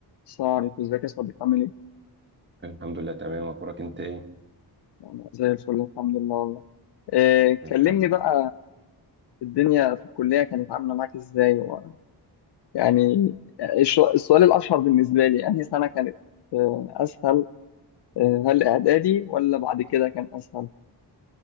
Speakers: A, on the left (about 80°); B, on the right (about 25°).
A: السلام عليكم ازيك يا صديقي عامل ايه؟
B: الحمد لله تمام اخبارك انت ايه
A: انا زي الفل الحمد لله والله إيه
B: الحمد
A: كلمني
B: لله
A: بقى الدنيا في الكلية كانت عاملة معاك ازاي؟ و- يعني الش- السؤال الأشهر بالنسبة لي أنهي سنة كانت آه، أسهل؟ آه، هل إعدادي ولا بعد كده كان أسهل؟